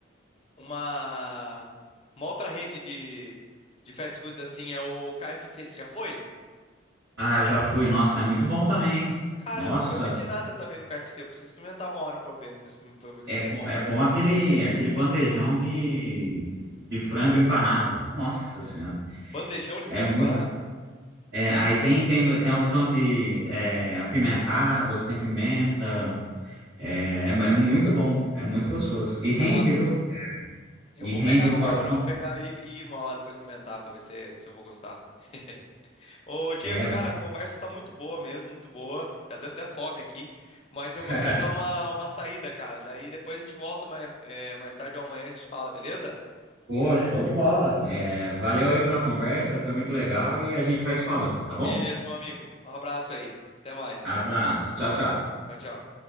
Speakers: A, on the left; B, on the right.
A: Uma. Uma outra rede de, de fast foods assim, é o KFC. Você já foi?
B: Ah, já fui. Nossa, é muito bom também, hein?
A: Cara,
B: Nossa,
A: eu nunca pedi nada também no KFC. Eu preciso experimentar uma hora pra eu ver. Pra, exper- pra eu ver o que
B: é
A: que
B: bom,
A: é.
B: é bom aquele aquele bandejão de, de frango empanado. Nossa Senhora.
A: Bandejão de
B: É
A: frango
B: muito,
A: empanado?
B: é, aí tem, tem, tem a opção de é, apimentado, sem pimenta. É, é é muito bom, é muito gostoso. E
A: Nossa.
B: rende, viu?
A: Eu
B: E
A: vou
B: rende
A: pegar
B: um
A: qualquer
B: potão.
A: hora. Eu vou pegar e, e ir uma hora pra experimentar, pra ver se, se eu vou gostar. <laughs> Ô, Diego,
B: É.
A: cara, a conversa tá muito boa mesmo, muito boa. Já deu até fome aqui, mas eu
B: <laughs>
A: vou ter que dar uma, uma saída, cara. Daí depois a gente volta mais, é, mais tarde ou amanhã a gente fala, beleza?
B: Pô, show de bola. É, valeu aí pela conversa, foi muito legal e a gente vai se falando, tá bom?
A: Beleza, meu amigo. Um abraço aí. Até mais.
B: Abraço. Tchau, tchau.
A: Tchau, tchau.